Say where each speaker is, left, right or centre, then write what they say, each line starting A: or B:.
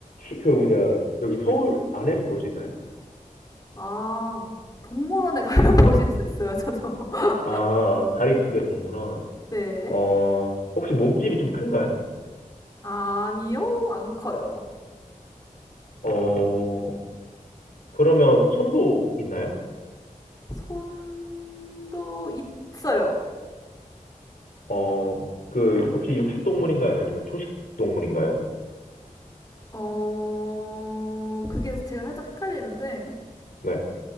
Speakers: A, on the left (about 80°); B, on the left (about 25°).
A: 시- 그 뭐냐 여기 서울 안에서 볼 수 있나요?
B: 아, 동물원에 가면 <laughs> 보실 수 있어요, 저도. <laughs>
A: 아, 다리 두 개 동물원.
B: 네.
A: 어, 혹시 몸집이 좀 큰가요?
B: 아니요, 안 커요.
A: 어, 그러면 손도 있나요?
B: 손도 있어요.
A: 어, 그, 혹시 육식 동물인가요? 아니면 초식 동물인가요?
B: 어, 그게 제가 살짝 헷갈리는데,
A: 네.